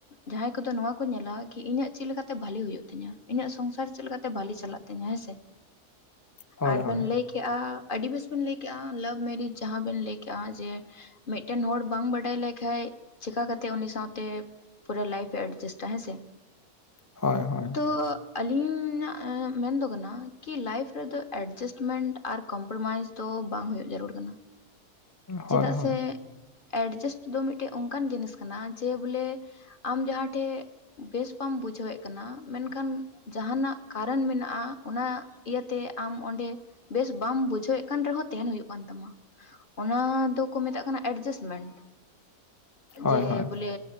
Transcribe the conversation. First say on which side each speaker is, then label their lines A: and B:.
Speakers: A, on the left; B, on the left.
A: ᱡᱟᱦᱟᱸᱭ ᱠᱚᱫᱚ ᱱᱚᱣᱟ ᱠᱚ ᱧᱮᱞᱟ ᱠᱤ ᱤᱧᱟᱹᱜ ᱪᱮᱫᱮ ᱞᱮᱠᱟᱛᱮ ᱵᱷᱟᱞᱤ ᱦᱩᱭᱩᱜ ᱛᱤᱧᱟᱹ ᱤᱧᱟᱹᱜ ᱥᱚᱝᱥᱟᱨ ᱪᱮᱫᱞᱮᱠᱛᱮ ᱵᱷᱟᱞᱤ ᱪᱟᱞᱟᱜ ᱛᱤᱧᱟᱹ ᱦᱮᱸᱥᱮ
B: <inaudible> ᱦᱳᱭ
A: ᱟᱨ
B: ᱦᱳᱭ
A: ᱵᱮᱱ ᱞᱟᱹᱭ ᱠᱮᱜᱼᱟ ᱟᱹᱰᱤ ᱵᱮᱥ ᱵᱮᱱ ᱞᱟᱹᱭ ᱠᱮᱜᱼᱟ ᱞᱟᱵᱷ ᱢᱮᱨᱤᱡ ᱡᱟᱦᱟᱸ ᱵᱮᱱ ᱞᱟᱹᱭ ᱠᱮᱜᱼᱟ ᱡᱮ ᱢᱤᱫᱴᱮᱱ ᱦᱚᱲ ᱵᱟᱝ ᱵᱟᱲᱟᱡ ᱞᱮᱭ ᱞᱮᱠᱷᱟᱱᱡ ᱪᱤᱠᱟ ᱠᱟᱛᱮ ᱩᱱᱤ ᱥᱟᱶᱛᱮ ᱯᱩᱨᱟᱹ ᱞᱟᱭᱤᱯᱷ ᱮ ᱮᱰᱡᱟᱥᱴᱟ ᱦᱮᱸᱥᱮ
B: ᱦᱚᱭ ᱦᱚᱭ
A: ᱛᱚ ᱟᱹᱞᱤᱧᱟᱜ ᱢᱮᱱ ᱫᱚ ᱠᱟᱱᱟ ᱠᱤ ᱞᱟᱭᱤᱯᱷ ᱨᱮᱫᱚ ᱮᱰᱡᱟᱥᱴᱢᱮᱱᱴ ᱟᱨ ᱠᱚᱢᱯᱨᱳᱚᱢᱟᱭᱤᱡᱽ ᱫᱚ ᱵᱟᱝ ᱦᱩᱭᱩᱜ ᱡᱟᱹᱨᱩᱲ ᱠᱟᱱᱟ
B: ᱦᱳᱭ
A: ᱪᱮᱫᱟᱜ
B: ᱦᱳᱭ
A: ᱥᱮ ᱮᱰᱡᱟᱥᱴ ᱫᱚ ᱢᱤᱫᱴᱮᱡ ᱚᱱᱠᱟᱱ ᱡᱤᱱᱤᱥ ᱠᱟᱱᱟ ᱡᱮ ᱵᱚᱞᱮ ᱟᱢ ᱡᱟᱦᱟᱸ ᱴᱷᱮᱱ ᱵᱮᱥ ᱵᱟᱢ ᱵᱩᱡᱷᱟᱹᱣᱮᱫ ᱠᱟᱱᱟ ᱢᱮᱱᱠᱷᱟᱱ ᱡᱟᱦᱟᱱᱟᱜ ᱠᱟᱨᱟᱱ ᱢᱮᱱᱟᱜᱼᱟ ᱚᱱᱟ ᱤᱭᱟᱹᱛᱮ ᱟᱢ ᱚᱸᱰᱮ ᱵᱮᱥ ᱵᱟᱢ ᱵᱩᱡᱷᱟᱹᱣᱮᱫ ᱠᱟᱱ ᱨᱮᱦᱚᱸ ᱛᱟᱦᱮᱸᱱ ᱦᱩᱭᱩᱜ ᱠᱟᱱ ᱛᱟᱢᱟ ᱚᱱᱟ ᱫᱚᱠᱚ ᱢᱮᱛᱟᱜ ᱠᱟᱱᱟ ᱮᱰᱡᱟᱥᱢᱮᱱᱴ
B: ᱦᱳᱭ
A: ᱡᱮ
B: ᱦᱳᱭ
A: ᱵᱚᱞᱮ